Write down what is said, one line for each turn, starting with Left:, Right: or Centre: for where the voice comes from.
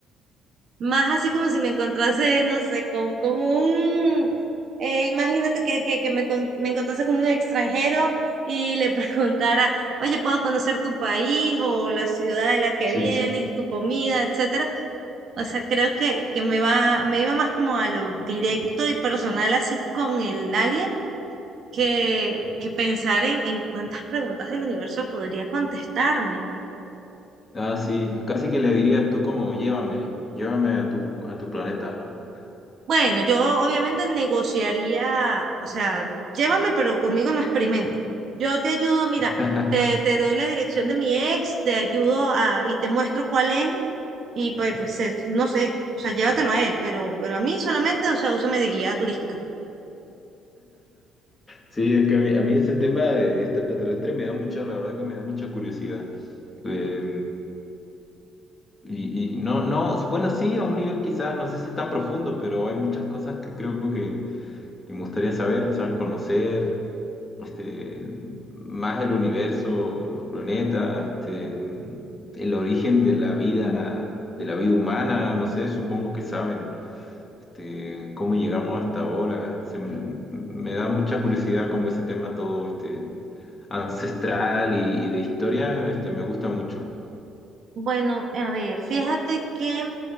Right: Más así como si me encontrase, no sé, con, con un, eh, imagínate que, que, que me, con- me encontrase con un extranjero y le <laughs> preguntara, oye, ¿puedo conocer tu país o la ciudad de la que
Left: Sí.
Right: vienes, tu comida, etcétera? O sea, creo que, que me va, me iba más como a lo directo y personal así con el alien que, que pensar en, en cuántas preguntas del universo podría contestarme.
Left: Ah, sí, casi que le dirías tú como llévame, llévame a tu, a tu planeta, ¿no?
Right: Bueno, yo obviamente negociaría, o sea, llévame, pero conmigo no experimentes. Yo te ayudo, mira,
Left: <laughs>
Right: te, te doy la dirección de mi ex, te ayudo a, y te muestro cuál es, y pues, pues eh, no sé, o sea, llévatelo a él, pero, pero a mí solamente, o sea, úsame de guía turística.
Left: Sí, es que a mí, a mí ese tema de extraterrestre me da mucha, la verdad que me da mucha curiosidad. Eh, y, y no, no, bueno, sí, a un nivel quizás, no sé si es tan profundo, pero hay muchas cosas que creo que, que me gustaría saber, o sea, conocer este, más del universo, los planetas, este, el origen de la vida, de la vida humana, no sé, supongo que saben este, cómo llegamos hasta ahora. Se m- me da mucha curiosidad como ese tema todo este, ancestral y, y de historia, este, me gusta mucho.
Right: Bueno, a ver, fíjate que